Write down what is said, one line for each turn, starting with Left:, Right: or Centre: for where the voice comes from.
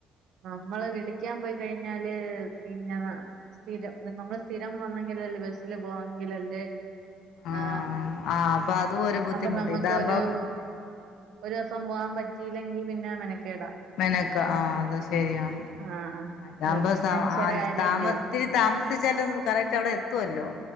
Right: നമ്മള് വിളിക്കാൻ പോയി കഴിഞ്ഞാല് പിന്ന സ്ഥിരം നമ്മൾ സ്ഥിരം വന്നെങ്കിലല്ലേ ബസ്സില് പോകണെങ്കിലല്ലേ
Left: ആഹ്
Right: ആ
Left: ആഹ് അപ്പൊ അതും ഒരു ബുദ്ധിമുട്ട്
Right: അപ്പൊ നമുക്കൊരു
Left: ഇതാകുമ്പോ
Right: ഒരു ദിവസം പോകാൻ പറ്റിയില്ലെങ്കിൽ പിന്നെ മെനക്കേടാ.
Left: മെനക്ക ആ അത് ശെരിയാണ്.
Right: ആ ആ
Left: അതാകുമ്പോ സാ
Right: മനുഷ്യരെ കാര്യല്ലേ
Left: താമ ഇത്തിരി താമസിച്ചാലും കറക്റ്റ് അവിടെ എത്തുവല്ലോ.